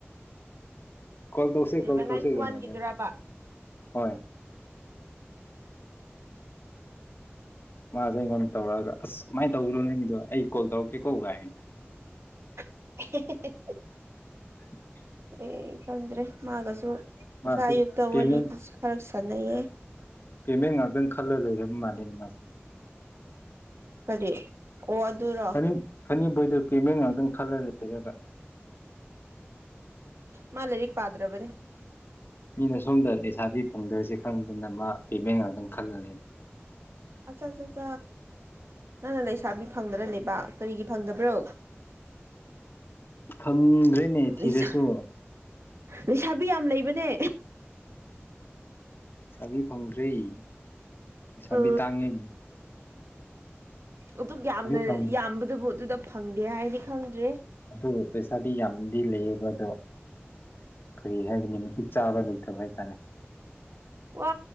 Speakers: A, on the left; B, on the right.
A: ꯀꯜꯗꯁꯦ
B: ꯀꯔꯤꯕ
A: ꯀꯜ ꯇꯧꯁꯤꯒꯅ
B: ꯅꯥꯏꯟꯇꯤ ꯋꯥꯟꯒꯤꯗꯨꯔꯕ
A: ꯍꯣꯏ ꯃꯥꯁꯦꯦꯡꯣꯟ ꯇꯧꯒ꯭ꯔ ꯑꯁ ꯀꯃꯥꯏ ꯇꯧ꯭ꯔꯣ ꯅꯪ ꯑꯩ ꯀꯣꯜ ꯇꯧ ꯀꯦ ꯀꯧꯒ ꯑꯩꯅ
B: <unintelligible> <inaudible>
A: <unintelligible> <inaudible>
B: ꯑꯩ ꯈꯪꯗ꯭ꯔꯦ ꯃꯥꯒꯁꯨ ꯉꯁꯥ
A: ꯃꯥꯁꯦ
B: ꯑꯌꯨꯛꯇ
A: ꯄꯦꯃꯦꯟ
B: ꯋꯥꯔꯤꯗꯨꯁꯨ ꯈꯔ ꯁꯥꯟꯅꯩꯌꯦ
A: ꯄꯦꯃꯦꯟ ꯉꯥꯛꯇ ꯈꯜꯂ ꯂꯩꯔꯦ ꯃꯥꯅꯦꯅꯃꯁꯦ
B: ꯀꯔꯤ ꯑꯣ ꯑꯗꯨꯔꯣ
A: ꯅꯤ ꯐꯅꯤꯕꯣꯏꯗ ꯄꯦꯃꯦꯟ ꯉꯥꯛꯇꯪ ꯈꯜꯂ ꯂꯩꯕ
B: ꯃꯥ ꯂꯥꯏꯔꯤꯛ ꯄꯥꯗ꯭ꯔꯕꯅꯦ
A: ꯃꯤꯅ ꯁꯣꯝꯗ ꯂꯩꯁꯥꯕꯤꯤ ꯐꯪꯗ꯭ꯔꯁꯦ ꯈꯪꯗꯅ ꯃꯥ ꯄꯦꯃꯦꯟꯒ ꯑꯗꯨꯝ ꯈꯜꯂꯅꯤꯅꯦ
B: ꯑꯆꯥ ꯑꯠꯠ ꯅꯪꯅ ꯂꯩꯁꯥꯕꯤ ꯐꯪꯗꯅ ꯂꯩꯕ ꯀꯔꯤꯒꯤ ꯐꯪꯗꯕ꯭ꯔꯣ
A: ꯐꯪꯗ꯭ꯔꯦꯅꯦ ꯊꯤꯔꯁꯨ
B: ꯂꯤꯁ ꯂꯩꯁꯥꯕꯤ ꯌꯥꯝ ꯂꯩꯕꯅꯦ
A: ꯁꯥꯕꯤ ꯐꯪꯗ꯭ꯔꯔꯤꯁꯥꯕꯤ
B: ꯑ
A: ꯇꯥꯡꯉꯤ
B: ꯑꯗꯨ ꯌꯥꯝꯅ
A: ꯐꯪ
B: ꯌꯥꯝꯕꯗꯕꯨ ꯑꯗꯨꯗ ꯐꯪꯗꯦ ꯍꯥꯏꯅꯤ ꯈꯪꯗ꯭ꯔꯦ
A: ꯑꯗꯨ ꯄꯩꯁꯥꯗꯤ ꯌꯥꯝꯗꯤ ꯂꯩꯌꯦꯕ ꯑꯗꯣ ꯀꯔꯤ ꯍꯥꯏꯒꯅꯤ ꯃꯇꯄꯤꯛ ꯆꯥꯕ ꯂꯩꯇꯕ ꯍꯥꯏꯇꯥꯔꯦ
B: ꯋꯥ